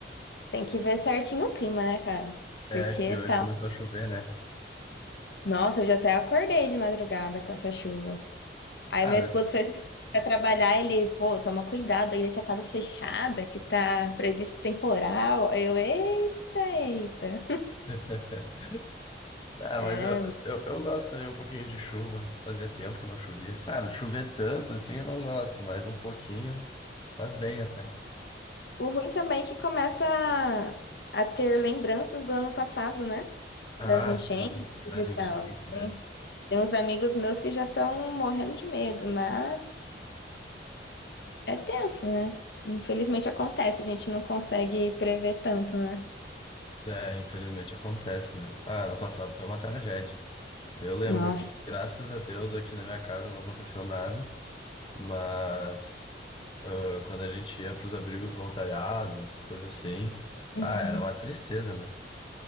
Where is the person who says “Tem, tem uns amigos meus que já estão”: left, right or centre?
Left